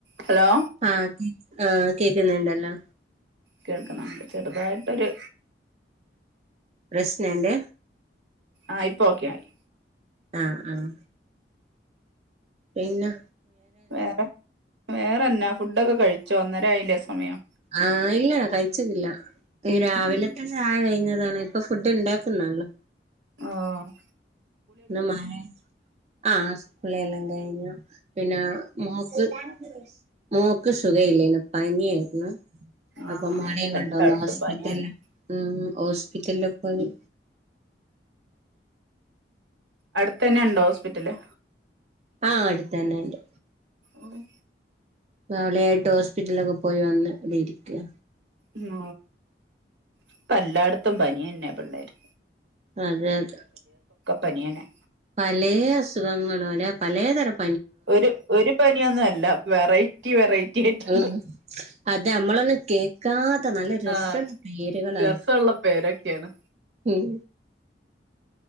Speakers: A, on the right; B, on the right.
A: Hello
B: ആഹ് <unintelligible> കേക്കുന്നുണ്ടല്ലോ
A: കേൾക്കുന്നുണ്ട് ചെറുതായിട്ടൊരു
B: പ്രശ്നണ്ട്
A: ആഹ് ഇപ്പൊ ഓക്കെ ആയി
B: ആഹ് ആഹ് പിന്നെ
A: വേറെ വേറെന്നാ ഫുഡൊക്കെ കഴിച്ചോ ഒന്നര ആയില്ലേ സമയം
B: ആഹ് ഇല്ല കഴിച്ച്ട്ടില്ല രാവിലത്ത്
A: ഉം
B: ത്തെ ചായ കഴിഞ്ഞതാണ് ഇപ്പൊ ഫുഡ് ഉണ്ടാക്കുന്നോളളു
A: ആഹ്
B: ഇന്ന് മഴ ആഹ് കുളി എല്ലാം കഴിഞ്ഞു പിന്നെ മോൾക്ക് മോക്ക് സുഖ ഇല്ലേരുന്നു പനിയാരുന്നു
A: ആ
B: അപ്പൊ മോളയുംം കൊണ്ടൊന്ന്
A: എല്ലായിടത്തും
B: ഹോസ്പിറ്റല്
A: പനിയന്നെ
B: ഉം ഹോസ്പിറ്റലിലും പോയി
A: അടുത്തന്നെ ഉണ്ടോ ഹോസ്പിറ്റല്
B: ആഹ് അടുത്തന്നെ ഉണ്ട്
A: അ <unintelligible>
B: അവളെയായിട്ട് ഹോസ്പിറ്റലൊക്കെ പോയി വന്ന് ഇവിടെ ഇരിക്ക
A: ഉം ഇപ്പ എല്ലായിടത്തും പനി എന്നെ പിള്ളേര്ക്ക്
B: അതെ അതെ
A: പനിയന്നെ
B: പലേ അസുഖങ്ങളും അല്ലെ പലേ തരം
A: ഒരു ഒരു പനിയൊന്നും അല്ല വെറൈറ്റി വെറൈറ്റി ആയിട്ടുണ്ട്
B: ഉം അതെ അമ്മളന്നും കേൾക്ക ക്കാത്ത നല്ല രസമുള്ള
A: ആ
B: പേരുകളായി
A: രസമുള്ള പേരൊക്കെയാണ്
B: ഉം